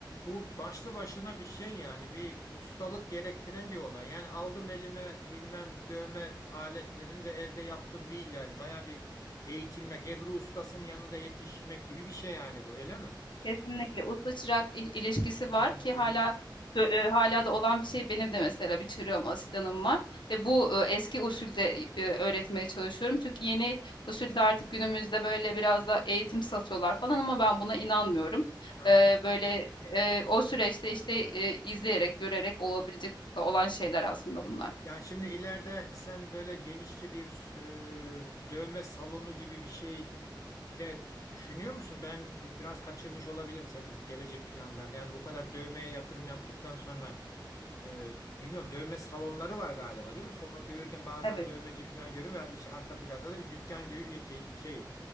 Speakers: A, on the left (about 45°); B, on the left (about 70°).
A: Bu başlı başına bir şey yani bir ustalık gerektiren bir olay. Yani aldım elime bilmem dövme aletlerini ve evde yaptım değil yani. Baya bir eğitilmek, Ebru ustasının yanında yetişmek gibi bir şey yani bu öyle mi?
B: Kesinlikle usta çırak i- ilişkisi
A: Aa,
B: var ki
A: ilginç.
B: hala dö eee, hâlâ da olan bir şey. Benim de mesela bir çırağım, asistanım var ve bu, eee, eski usulde, eee, öğretmeye çalışıyorum. Çünkü yeni usulde artık günümüzde böyle biraz da eğitim satıyorlar falan ama ben buna inanmıyorum.
A: Ha.
B: Eee, böyle, eee, o süreçte, işte, eee, izleyerek, görerek olabilecek olan şeyler aslında bunlar.
A: Yani şimdi ileride sen böyle genişçe bir e, dövme salonu gibi bir şey de düşünüyor musun? Ben biraz kaçırmış olabilirim senin gelecek planlarını. Yani bu kadar dövmeye yatırım yaptıktan sonra e, bilmiyorum dövme salonları var galiba değil mi? Sokakta yürürken bazen
B: Evet,
A: dövmeci falan görüyorum ya iç arka planda da bir dükkan gibi bir şey, şey